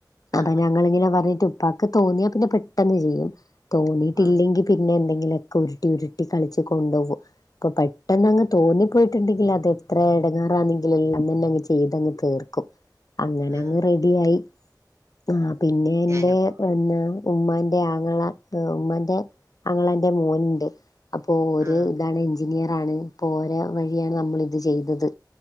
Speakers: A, on the left (about 55°); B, on the right (about 40°).
A: അതാ
B: ആ
A: ഞങ്ങള് ഇങ്ങനെ പർഞ്ഞിട്ട് ഉപ്പാക്ക് തോന്നിയാ പിന്നെ പെട്ടെന്ന് ചെയ്യും തോന്നിയിട്ടില്ലെങ്കി
B: ആ
A: പിന്നെ എന്തെങ്കിലൊക്കെ ഉരുട്ടി ഉരുട്ടി കളിച്ച് കൊണ്ടാേവും അപ്പൊ പെട്ടെന്ന് അങ്ങ് തോന്നി പോയിട്ട്ണ്ടെങ്കിൽ അത് എത്ര എടങ്ങേറാന്നെങ്കിലും എല്ലാം അന്നെന്നെ അങ്ങ് ചെയ്തങ്ങ് തീർക്കും അങ്ങനെ
B: ആ
A: അങ്ങ് റെഡിയായി ആ പിന്നെ എന്റെ
B: ഞാനിപ്പോ
A: എന്നാ ഉമ്മാന്റെ ആങ്ങള ഏഹ് ഉമ്മന്റെ അങ്ങളന്റെ മോന്ണ്ട് അപ്പൊ ഓര്
B: ആ
A: ഇതാണ് എഞ്ചിനിയറാണ് ഇപ്പോര വഴിയാണ് നമ്മള് ഇത് ചെയ്തത്